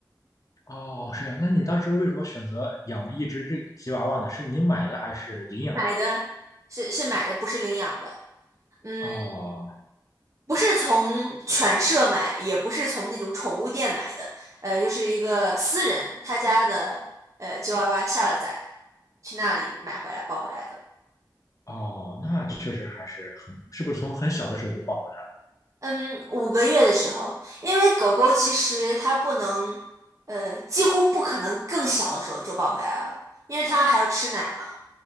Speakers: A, on the left (about 45°); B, on the right (about 45°).
A: 哦，是这样。那你当时为什么选择养一只这个吉娃娃呢？是你买的还是领养的？
B: 买的是是买的，不是领养的。嗯，
A: 哦
B: 不是从犬舍买，也不是从那种宠物店买的。呃，就是一个私人他家的呃吉娃娃下了崽，去那里买回来抱回来的。
A: 哦，那确实还是很，是不是从很小的时候就抱回来了？
B: 嗯，五个月的时候，因为狗狗其实它不能，呃，几乎不可能更小的时候就抱回来了，因为它还要吃奶嘛，